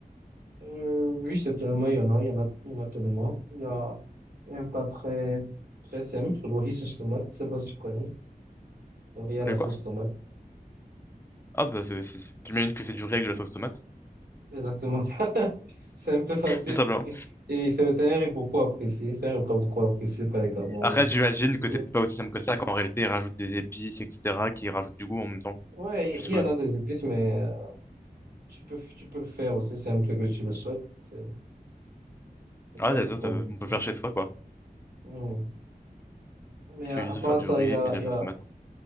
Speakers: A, on the right; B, on the left.
A: Euh, oui, c'est tellement, il y en a, il y en a, il y en a tellement. Il y a un plat très, très simple, le riz sauce tomate. Je sais pas si tu connais. Le riz à la
B: Le
A: sauce
B: quoi?
A: tomate.
B: Ah, bah, c'est, c'est- j'imagine que c'est du riz avec de la sauce tomate,
A: Exactement. <laughs> C'est un peu facile.
B: tout simplement.
A: Et c'est c'est un riz beaucoup apprécié. C'est un repas beaucoup apprécié par les Camerounais.
B: Après, j'imagine
A: C'est
B: que
A: tout.
B: c'est pas aussi simple que ça, qu'en réalité, ils rajoutent des épices, etc., qui rajoutent du goût en même temps,
A: Ouais,
B: je suppose.
A: il y en a des épices, mais. Tu peux, tu peux le faire aussi simple que tu le souhaites. C'est c'est
B: Ah,
A: pas
B: d'accord,
A: si compliqué.
B: ça peut- on peut le faire chez soi, quoi.
A: non Mais
B: Il
A: à,
B: faut
A: à
B: juste
A: part
B: faire du
A: ça,
B: riz
A: il y a,
B: et puis de
A: il
B: la
A: y
B: sauce
A: a,
B: tomate.